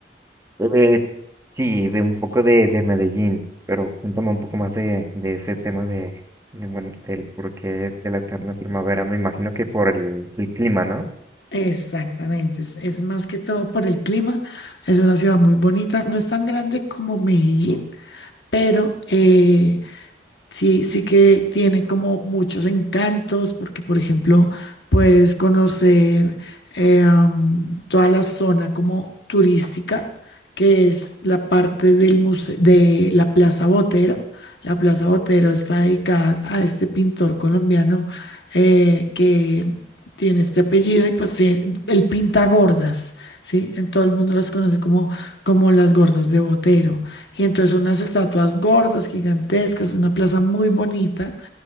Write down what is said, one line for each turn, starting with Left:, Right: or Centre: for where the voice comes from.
Right: Eh, sí, de un poco de, de Medellín, pero cuéntame un poco más de, de ese tema de, de, bueno, del porqué de la eterna primavera. Me imagino que por el, el clima, ¿no?
Left: Exactamente, es, es más que todo por el clima, es una ciudad muy bonita, no es tan grande como Medellín, pero eh, Sí, sí que tiene como muchos encantos, porque por ejemplo puedes conocer eh, am, toda la zona como turística, que es la parte del muse- de la Plaza Botero. La Plaza Botero está dedicada a este pintor colombiano eh, que tiene este apellido y pues tiene- él pinta gordas, ¿sí? En todo el mundo las conoce como, como las gordas de Botero. Y entonces unas estatuas gordas, gigantescas, una plaza muy bonita.